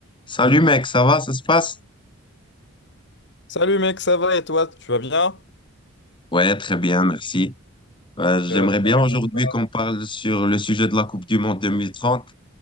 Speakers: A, on the left; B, on the left.
A: Salut mec, ça va, ça se passe?
B: Salut mec, ça va et toi, tu vas bien?
A: Ouais, très bien, merci. Euh, j'aimerais
B: Top,
A: bien
B: ça raconte
A: aujourd'hui
B: pas.
A: qu'on parle sur le sujet de la Coupe du Monde 2030.